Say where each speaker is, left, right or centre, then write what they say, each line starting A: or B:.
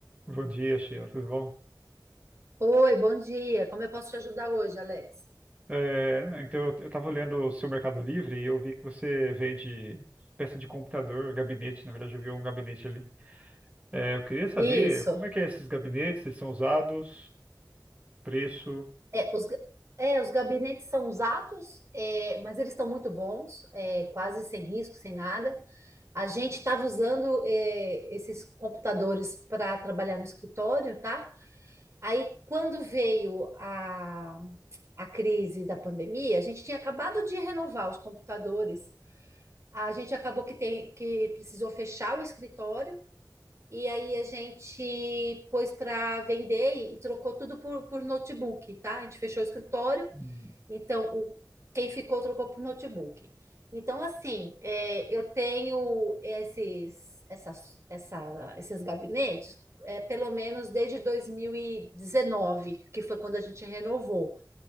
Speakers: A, on the right; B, on the right.
A: Bom dia, Sheila, tudo bom?
B: Oi, bom dia. Como eu posso te ajudar hoje, Alex?
A: É, então, eu estava olhando o seu Mercado Livre e eu vi que você vende peça de computador, gabinete, na verdade eu vi um gabinete ali. É, eu queria saber
B: Isso.
A: como é que é esses gabinetes, eles são usados, preço...
B: É, os, ga- é, os gabinetes são usados, é, mas eles estão muito bons, é, quase sem risco, sem nada. A gente estava usando, é, esses computadores para trabalhar no escritório, tá? Aí, quando veio a, a crise da pandemia, a gente tinha acabado de renovar os computadores. A gente acabou que tem, que precisou fechar o escritório. E aí a gente pôs para vender e, e trocou tudo por, por notebook, tá? A gente fechou o escritório,
A: Hum.
B: então o, quem ficou trocou por notebook. Então, assim, é, eu tenho esses, essas, essa, esses gabinetes, é, pelo menos desde 2019, que foi quando a gente renovou.